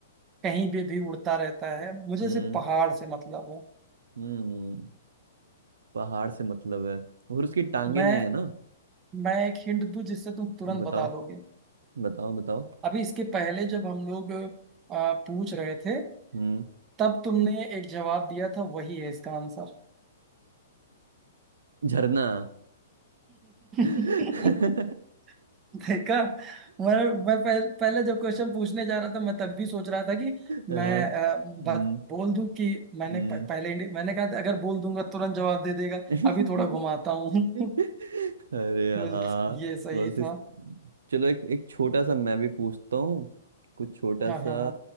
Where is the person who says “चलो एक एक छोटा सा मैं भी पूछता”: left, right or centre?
Right